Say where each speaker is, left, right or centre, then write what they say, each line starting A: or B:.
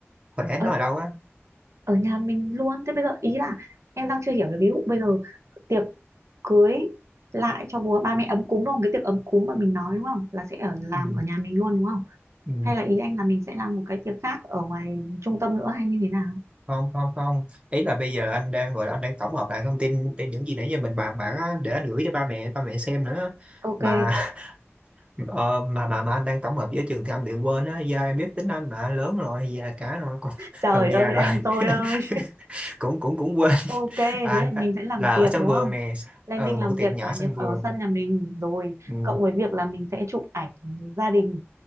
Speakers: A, on the right; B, on the right.
A: hồi nãy anh
B: ở,
A: nói ở đâu á?
B: ở nhà mình luôn thế bây giờ ý là em đang chưa hiểu cái ví dụ bây giờ tiệc cưới lại cho bố ba mẹ ấm cúng đúng không cái tiệc ấm cúng mà mình nói đúng không là sẽ ở làm
A: Ừ.
B: ở nhà mình luôn đúng không
A: Ừ.
B: hay là ý anh là mình sẽ làm một cái tiệc khác ở ngoài trung tâm nữa hay như thế nào
A: không không không ý là bây giờ anh đang gọi là anh đang tổng hợp lại thông tin trên những gì nãy giờ mình bàn bạc á, để anh gửi cho ba mẹ ba mẹ xem nữa
B: ok
A: mà <laughs> ờ, mà mà mà anh đang tổng hợp với trường thì anh bị quên á do em biết tính anh mà lớn rồi già cả rồi còn
B: trời
A: còn
B: ơi
A: già rồi
B: anh tôi ơi
A: <laughs> cũng cũng cũng quên
B: Ok, thế
A: à, anh-
B: thì mình sẽ làm
A: là
B: tiệc
A: ở sân
B: đúng
A: vườn
B: không?
A: nè
B: Lên
A: ừ
B: Đinh
A: một
B: làm tiệc
A: cái tiệc nhỏ
B: ở nhà-
A: sân vườn
B: ở sân nhà mình rồi
A: ừ,
B: cộng với việc là mình sẽ chụp ảnh gia đình,